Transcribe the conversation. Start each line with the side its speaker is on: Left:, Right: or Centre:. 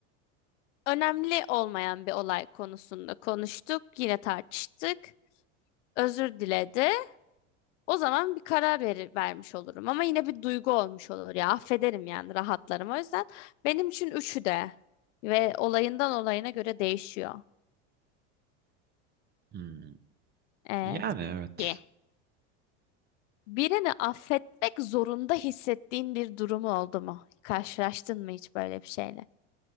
Left: önemli olmayan bir olay konusunda konuştuk. Yine tartıştık. Özür diledi. O zaman bir karar veri- vermiş olurum. Ama yine bir duygu olmuş olur ya. Affederim yani rahatlarım. O yüzden benim için üçü de ve olayından olayına göre değişiyor.
Right: Hmm.
Left: Evet.
Right: Yani evet.
Left: Ye. Birini affetmek zorunda hissettiğin bir durumu oldu mu? Karşılaştın mı hiç böyle bir şeyle?